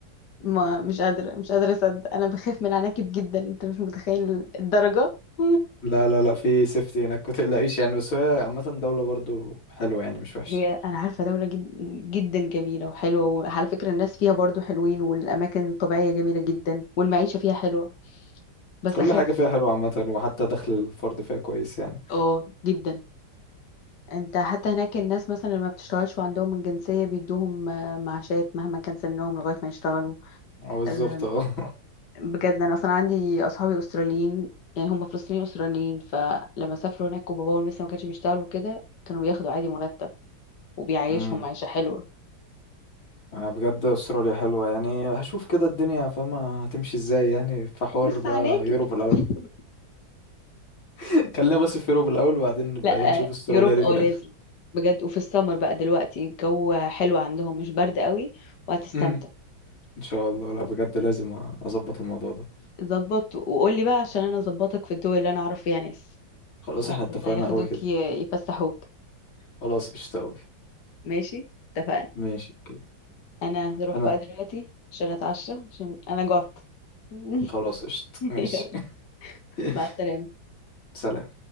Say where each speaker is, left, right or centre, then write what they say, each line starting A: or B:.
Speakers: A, on the left; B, on the left.
A: ما مش قادرة مش قادرة اصدق انا بخاف من العناكب جدا انت مش متخيل الدرجة <laughs>
B: لا لا لا في سيفتي هناك ما تقلقيش يعني بس هي عامه دوله برضو حلوه يعني مش وحشه
A: هي انا عارفة دولة جد... جدا جميلة وحلوة وعلى فكرة الناس فيها برضو حلوين والاماكن الطبيعية جميلة جدا والمعيشة فيها حلوة بس
B: كل
A: اخاف
B: حاجة فيها حلوة عامة وحتى دخل الفرد فيها كويس يعني
A: اه جدا انت حتى هناك الناس مثلا اللي ما بتشتغلش وعندهم الجنسية بيدوهم آه، معاشات مهما كان سنهم لغاية ما يشتغلوا
B: اه بالظبط
A: آه،
B: اه <laughs>
A: بجد انا اصلا عندي اصحابي استراليين يعني هم فلسطينيين استراليين فلما سافروا هناك وباباهم لسه ما كانش بيشتغلوا كده كانوا بياخدوا عادي مرتب وبيعيشهم
B: امم
A: معيشة حلوة
B: انا بجد استراليا حلوة يعني هشوف كده الدنيا فاهمة هتمشي ازاي يعني في حوار
A: بس
B: بقى
A: عناكب
B: يوروب الاول
A: <laughs>
B: <laughs> خلينا بس في يوروب الاول وبعدين نبقى
A: لا
B: إيه نشوف
A: آه،
B: استراليا
A: يوروب
B: دي
A: اه
B: في الاخر
A: لازم بجد وفي السمر بقى دلوقتي الجو حلو عندهم مش برد قوي وهتستمتع
B: امم ان شاء الله لا بجد لازم اظبط الموضوع ده
A: ظبط وقولي بقى عشان انا اظبطك في الدول اللي انا اعرف فيها ناس
B: خلاص
A: ايوه
B: احنا اتفقنا
A: ياخدوك
B: قوي كده
A: ي- يفسحوك
B: خلاص قشطة قوي
A: ماشي اتفقنا
B: ماشي اوكي
A: انا هروح
B: انا
A: بقى دلوقتي عشان اتعشى عشان انا جعت <laughs>
B: خلاص قشطة ماشي
A: يلا
B: <laughs>
A: مع السلامة
B: سلام